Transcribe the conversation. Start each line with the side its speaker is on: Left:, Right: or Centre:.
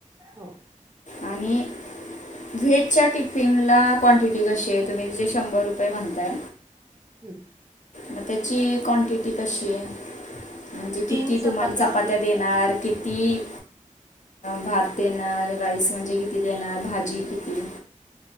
Right: हो
Left: आणि व्हेजया टिफिन ला क्वांटिटी कशी आहे तुम्ही तिे शंभर रुपये म्हणताय
Right: हम्म
Left: मग त्याची क्नाटीटी कशी आहे म्हणजे
Right: तीन
Left: किती तुम्हाला चपात्या
Right: आहेत
Left: देणार किती भात देणार राईस म्हणजे किती देणार भाजी किती